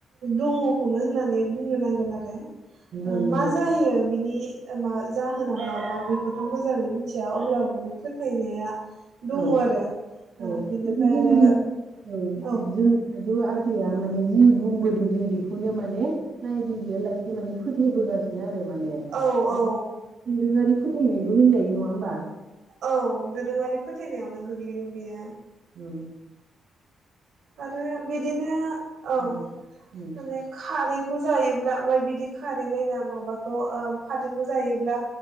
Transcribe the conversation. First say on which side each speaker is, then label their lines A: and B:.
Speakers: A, on the right; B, on the right.
A: दङखौनो होननानै बुंनो नांगोन आरो ओ
B: औ नंगौ
A: मा जायो बिनि मा जाहोना मा मा बेखौथ मोजाङै मिथिया अब्लाबो बे फोथायनाया दङ
B: औ
A: आरो
B: औ
A: बिनिफ्राय
B: माने जोंनि
A: आरो
B: औ
A: औ
B: जों जौ आजैया माने जि बुंबोदों जों बेखौनो माने नायबिजिरयालासे माने फोथायबोगासिनो आरो माने माने
A: औ औ
B: दोरोङारि फो फोथायनायबो होनजायो नङा होमबा
A: औ दोरोङारि फोथायनायावनो गोग्लैगोन बियो
B: ओ
A: आरो बिदिनो औ
B: उम उम
A: माने खारै खौ जायोब्ला ओमफ्राय बिदि खारैलाय माबाखौ फाथोखौ जायोब्ला